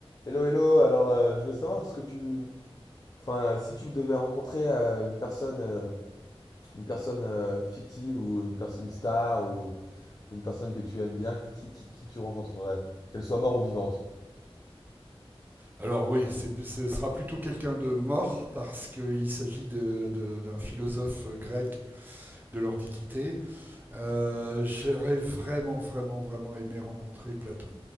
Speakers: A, on the left; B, on the right.
A: Hello, hello. Alors, euh, je voulais savoir ce que tu, enfin, si tu devais rencontrer euh, une personne, euh, une personne euh, fictive ou une personne, une star ou une personne que tu aimes bien, qui, qui, qui tu rencontrerais, qu'elle soit morte ou vivante.
B: Alors oui, c'est- ce sera plutôt quelqu'un de mort parce qu'il s'agit de- de- d'un philosophe grec de l'Antiquité. Euh, J'aurais vraiment, vraiment, vraiment aimé rencontrer Platon.